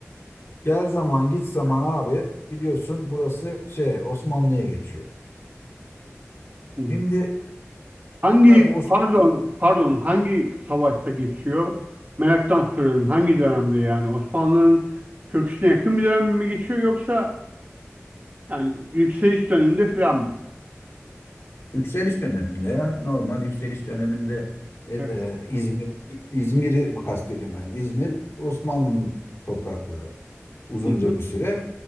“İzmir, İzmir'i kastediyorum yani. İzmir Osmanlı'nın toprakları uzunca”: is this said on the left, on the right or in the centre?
Left